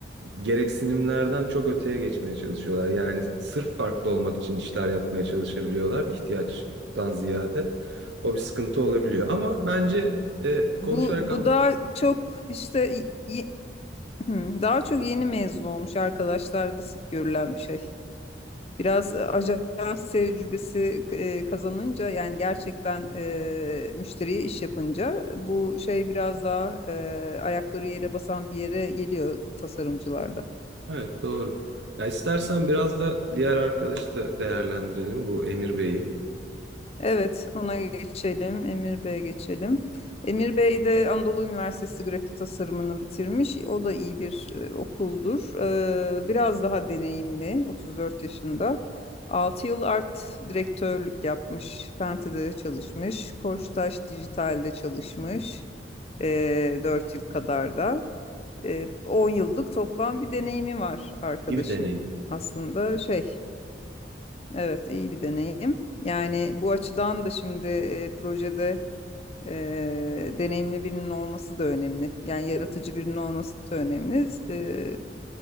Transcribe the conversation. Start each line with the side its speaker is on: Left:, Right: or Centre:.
Right: gereksinimlerden çok öteye geçmeye çalışıyorlar. Yani sırf farklı olmak için işler yapmaya çalışabiliyorlar, ihtiyaçtan ziyade. O bir sıkıntı olabiliyor. Ama bence e,
Left: Bu
Right: konuşarak
Left: bu daha çok işte y- y- <clears throat> daha çok yeni mezun olmuş arkadaşlarda sık görülen bir şey. Biraz e, ajans tecrübesi e, kazanınca yani gerçekten e, müşteriye iş yapınca bu şey biraz daha e, ayakları yere basan bir yere geliyor tasarımcılarda.
Right: Evet doğru. Ya istersen biraz da diğer arkadaşı da değerlendirelim bu Emir Bey'i.
Left: Evet, ona geçelim. Emir Bey'e geçelim. Emir Bey de Anadolu Üniversitesi grafik tasarımını bitirmiş. O da iyi bir e, okuldur. Ee, biraz daha deneyimli, 34 yaşında. 6 yıl art direktörlük yapmış. Pente'de çalışmış. Koçtaş Dijital'de çalışmış. Ee, 4 yıl kadar da. Ee, 10 yıllık toplam bir deneyimi var arkadaşın.
Right: İyi bir deneyim.
Left: Aslında şey, Evet, iyi bir deneyim. Yani bu açıdan da şimdi e, projede e, deneyimli birinin olması da önemli. Yani yaratıcı birinin olması da önemli. E,